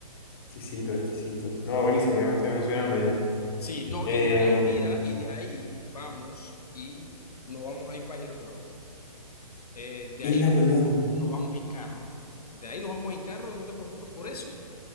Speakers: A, on the left; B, on the left.
A: Exquisito, exquisito. No, buenísimo, ya me estoy emocionando
B: Ujú.
A: ya.
B: Sí, no,
A: Eh,
B: y de ahí, mira, y de ahí vamos y nos vamos a ir para Isla Colón. Eh, de ahí
A: Isla Colón,
B: no- nos vamos en carro. De ahí nos vamos en carro, no te preocupes por eso.